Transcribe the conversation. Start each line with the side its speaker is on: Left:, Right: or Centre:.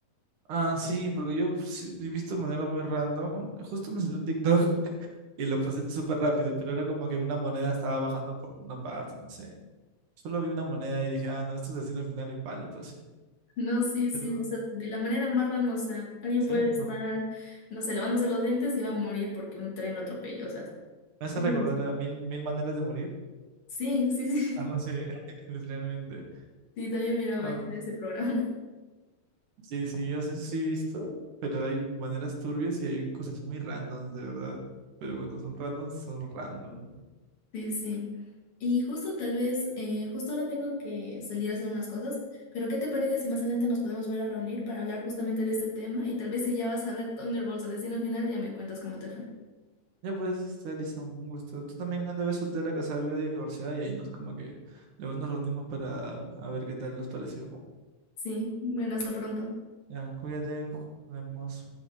Right: Ah, sí, porque yo sí he visto de manera muy random. Justo me salió un TikTok <laughs> y lo pasé súper rápido, pero era como que una moneda estaba bajando por una parte, no sé. Solo vi una moneda y dije, ah, no, esto es destino final y palo, pues.
Left: No, sí, sí,
Right: Pero,
Left: o sea, de la manera más random, o sea, alguien
Right: ¿sí?
Left: puede estar,
Right: Me
Left: no sé, lavándose los dientes y va a morir porque un tren lo atropelló, o sea,
Right: me hace
Left: cosas
Right: recordar
Left: así.
Right: a mil, mil maneras de morir.
Left: Sí, sí, <laughs> sí.
Right: Algo así, <laughs> literalmente.
Left: Sí, también miraba
Right: Ah,
Left: ese, ese programa. <laughs>
Right: sí, sí, yo sé, sí he visto, pero hay maneras turbias y hay cosas muy randoms, de verdad. Pero cuando son randoms, son random.
Left: Sí, sí. Y justo tal vez, eh, justo ahora tengo que salir a hacer unas cosas, pero ¿qué te parece si más adelante nos podemos ver a reunir para hablar justamente de este tema? Y tal vez si ya vas a ver Thunderbolts a destino final, ya me cuentas cómo te fue.
Right: Ya pues, este, Alison, un gusto. Tú también andabas soltera, casada, viuda, divorciada y ahí nos como que luego nos reunimos para a ver qué tal les pareció.
Left: Sí, bueno, hasta pronto.
Right: Ya, cuídate, nos vemos.